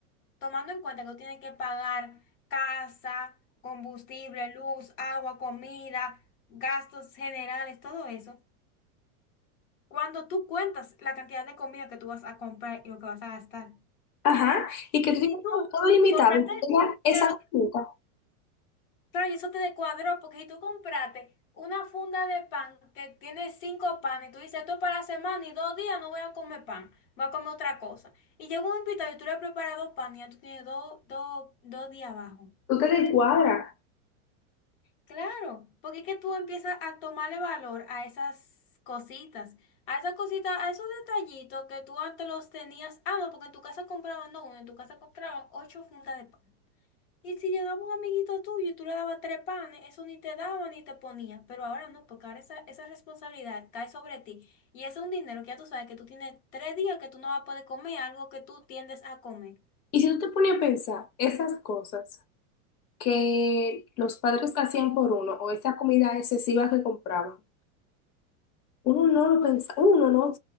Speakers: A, on the left (about 40°); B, on the left (about 80°).
A: tomando en cuenta que tú tienes que pagar casa, combustible, luz, agua, comida, gastos generales, todo eso. cuando tú cuentas la cantidad de comida que tú vas a comprar y lo que vas a gastar.
B: Ajá, y que
A: Y
B: tú tienes
A: si tú
B: todo, todo limitado,
A: compraste,
B: y tú tengas esas
A: claro,
B: metas,
A: claro, y eso te descuadró, porque si tú compraste una funda de pan que tiene cinco panes, y tú dices, esto es para la semana y dos días no voy a comer pan, voy a comer otra cosa. Y llega un invitado y tú le has preparado pan y ya tú tienes dos, dos, dos días abajo.
B: tú te descuadras.
A: Claro, porque es que tú empiezas a tomarle valor a esas cositas, a esas cositas, a esos detallitos que tú antes los tenías. Ah, no, porque en tu casa compraban, no, uno, en tu casa compraban ocho fundas de pan. Y si llegaba un amiguito tuyo y tú le dabas tres panes, eso ni te daba ni te ponía. Pero ahora no, porque ahora esa, esa responsabilidad cae sobre ti. Y ese es un dinero que ya tú sabes que tú tienes tres días que tú no vas a poder comer algo que tú tiendes a comer.
B: Y si tú te pones a pensar esas cosas que los padres hacían por uno o esa comida excesiva que compraban, uno no lo pensaba, uno no,